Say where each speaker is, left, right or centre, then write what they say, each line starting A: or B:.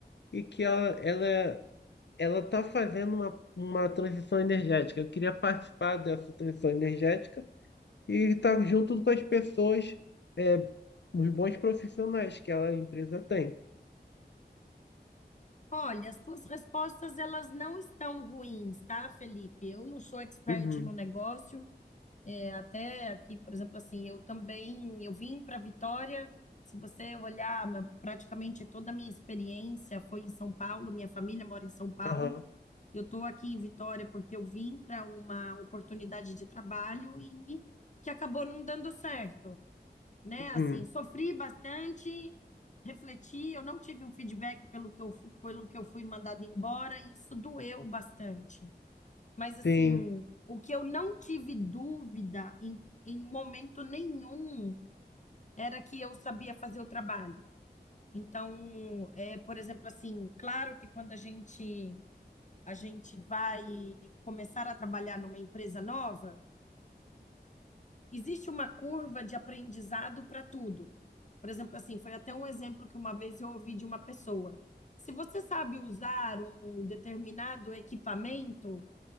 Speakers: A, on the left (about 85°); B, on the left (about 45°).
A: e que ela ela ela está fazendo uma, uma transição energética. Eu queria participar dessa transição energética e estar junto com as pessoas, é, os bons profissionais que a empresa tem.
B: Olha, as suas respostas elas não estão ruins, tá, Felipe? Eu não sou expert
A: Uhum,
B: no negócio, É, até aqui, por exemplo, assim, eu também, eu vim para Vitória. Se você olhar, ma- praticamente toda a minha experiência foi em São Paulo, minha família mora em São Paulo.
A: aham,
B: Eu estou aqui em Vitória porque eu vim para uma oportunidade de trabalho e que acabou não dando certo, né?
A: uhum,
B: Assim, sofri bastante, refleti, eu não tive um feedback pelo que eu, fu- pelo que eu fui mandada embora e isso doeu bastante. Mas assim,
A: sim,
B: o que eu não tive dúvida em, em momento nenhum era que eu sabia fazer o trabalho. Então, é, por exemplo, assim, claro que quando a gente a gente vai começar a trabalhar numa empresa nova, existe uma curva de aprendizado para tudo. Por exemplo, assim, foi até um exemplo que uma vez eu ouvi de uma pessoa. Se você sabe usar um determinado equipamento,